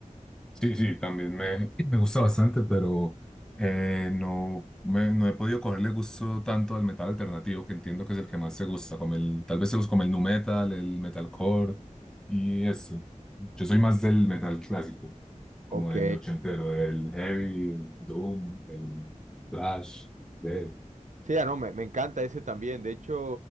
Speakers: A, in the centre; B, on the right.
A: Sí, sí, también me, <clears throat> me gusta bastante, pero eh, no, me- no he podido cogerle gusto tanto al metal alternativo, que entiendo que es el que más se gusta, como el, tal vez se los como el nu metal, el metalcore y eso. Yo soy más del metal clásico, como
B: Ok,
A: el ochentero, el heavy, el doom, el thrash, de...
B: Sí, ah, no, me, me encanta ese también. De hecho,